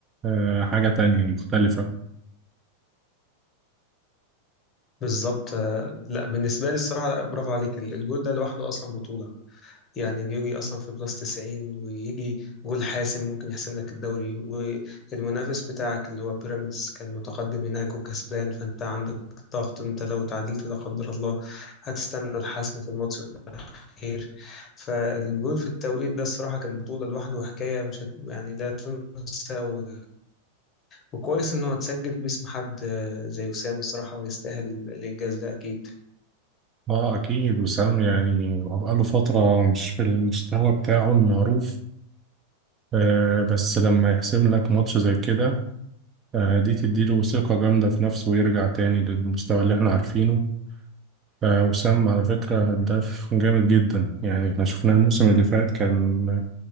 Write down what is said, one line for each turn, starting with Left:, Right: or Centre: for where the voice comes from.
Right: آه، حاجة تانية مختلفة
Left: بالظبط آه، لا بالنسبه لي الصراحه برافو عليك ال- الجول ده لوحده اصلا بطوله يعني انه يجي اصلا في بلس 90 ويجي جول حاسم ممكن يحسم لك الدوري والمنافس بتاعك اللي هو بيراميدز كان متقدم هناك وكسبان فانت عندك ضغط انت لو تعادلت لا قدر الله هتستنى الحسم في الماتش خير فالجول في التوقيت ده الصراحة كان بطولة لوحده وحكاية مش هت... يعني لا تنسى و... وكويس إنه اتسجل باسم حد آه، زي وسام الصراحة ويستاهل الإنجاز ده أكيد
Right: اه اكيد وسام يعني هو بقاله فترة مش في المستوى بتاعه المعروف آه، بس لما يحسم لك ماتش زي كده آه، دي تديله ثقة جامدة في نفسه ويرجع تاني للمستوى اللي احنا عارفينه آه، وسام على فكرة هداف جامد جدا يعني احنا شفناه الموسم اللي فات كان